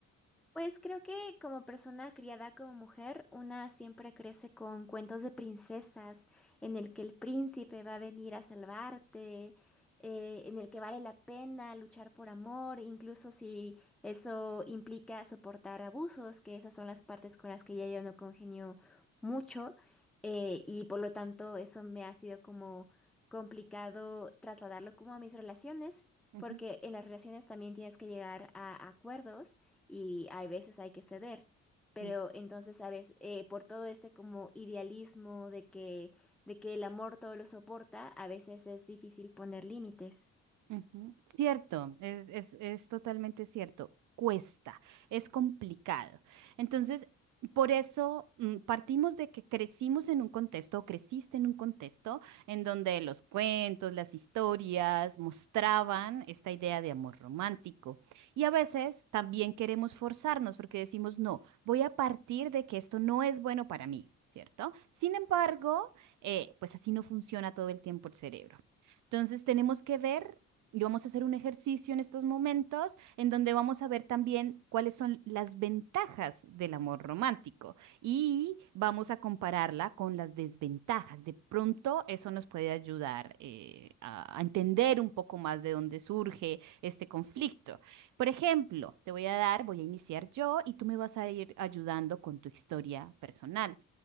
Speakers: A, in the centre; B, on the right.
A: Pues creo que como persona criada como mujer, una siempre crece con cuentos de princesas, en el que el príncipe va a venir a salvarte, eh, en el que vale la pena luchar por amor, incluso si eso implica soportar abusos, que esas son las partes con las que ya yo no congenio mucho, eh, y por lo tanto eso me ha sido como complicado trasladarlo como a mis relaciones,
B: Ujú,
A: porque en las relaciones también tienes que llegar a acuerdos y hay veces hay que ceder. Pero
B: ujú,
A: entonces, ¿sabes? Eh, por todo este como idealismo de que, de que el amor todo lo soporta, a veces es difícil poner límites.
B: Ujú. Cierto, es, es, es totalmente cierto. Cuesta, es complicado. Entonces, por eso mm, partimos de que crecimos en un contexto, o creciste en un contexto en donde los cuentos, las historias mostraban esta idea de amor romántico. Y a veces también queremos forzarnos porque decimos, no, voy a partir de que esto no es bueno para mí, ¿cierto? Sin embargo, eh, pues así no funciona todo el tiempo el cerebro. Entonces tenemos que ver y vamos a hacer un ejercicio en estos momentos en donde vamos a ver también cuáles son las ventajas del amor romántico y vamos a compararla con las desventajas. De pronto eso nos puede ayudar eh, a a entender un poco más de dónde surge este conflicto. Por ejemplo, te voy a dar, voy a iniciar yo y tú me vas a ir ayudando con tu historia personal.